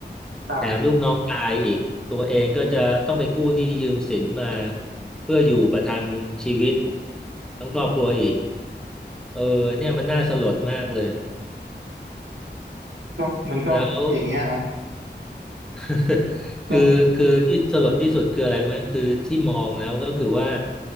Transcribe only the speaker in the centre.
แถมลูกน้องตายอีกตัวเองก็จะต้องไปกู้หนี้ยืมสินมาเพื่ออยู่ประทังชีวิตทั้งครอบครัวอีกเออเนี่ยมันน่าสลดมากเลย
แล้ว <laughs>
คือคือที่สลดที่สุดคืออะไรรู้ไหมคือที่มองแล้วก็คือว่า